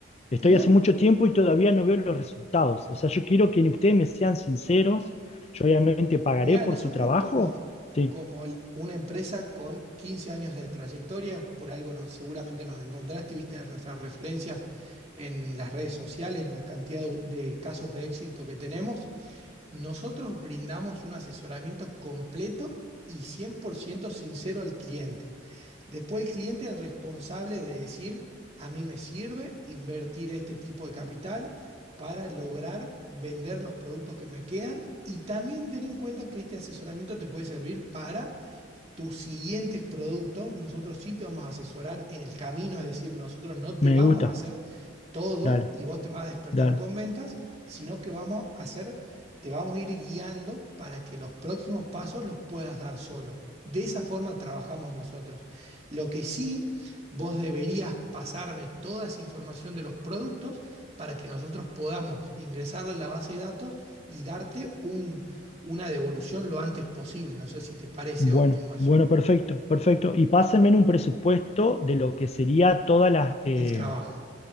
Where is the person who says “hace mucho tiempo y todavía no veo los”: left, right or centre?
Left